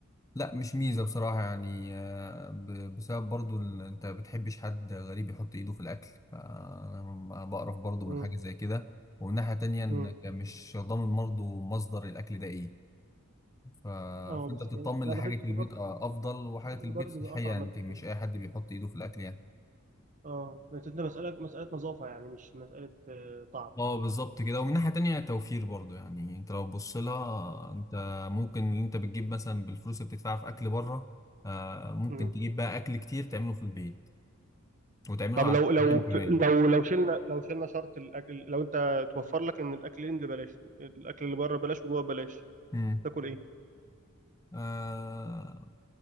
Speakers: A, on the left (about 15°); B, on the right (about 35°).
A: لا مش ميزة بصراحة يعني آه، ب- بسبب برضو ال- انت بتحبش حد غريب يحط ايده في الاكل فانا ب- بقرف برضو
B: مم.
A: من حاجة زي كده ومن ناحية تانية انك
B: مم.
A: مش ضامن برضو مصدر الاكل ده ايه ف-
B: اه
A: فانت
B: بس
A: بتطمن
B: يعني انا
A: لحاجة
B: بحس ان
A: البيت
B: بره
A: آه، افضل وحاجة
B: الأكل اللي
A: البيت
B: بره بيبقى
A: صحية
B: اطعم
A: انت
B: من
A: مش
B: البيت.
A: اي حد بيحط ايده في الاكل يعني
B: اه بس انت مساله مساله نظافه يعني مش مساله آه، طعم
A: اه بالظبط كده ومن ناحية تانية توفير برضو يعني انت لو بص لها انت ممكن اللي انت بتجيب مثلا بالفلوس اللي بتدفعها في اكل بره آه، ممكن
B: مم.
A: تجيب بقى اكل كتير تعمله في البيت وتعمله
B: طب
A: على
B: لو لو
A: الأيام كمان
B: لو لو شلنا لو شلنا شرط الاكل لو انت توفر لك ان الاكلين اللي بلاش الاكل اللي بره بلاش وجوه بلاش
A: مم.
B: تاكل ايه
A: آه